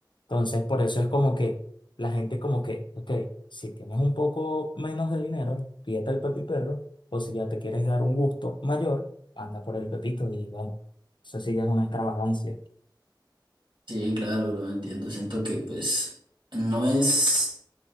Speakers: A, on the left (about 75°); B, on the right (about 80°).
A: Entonces, por eso es como que la gente como que, ok, si tienes un poco menos de dinero, pídete el Pepi Perro, o si ya te quieres dar un gusto mayor, anda por el Pepito y bueno, eso sí ya es una extravagancia.
B: Sí, claro, lo entiendo. Siento que pues no es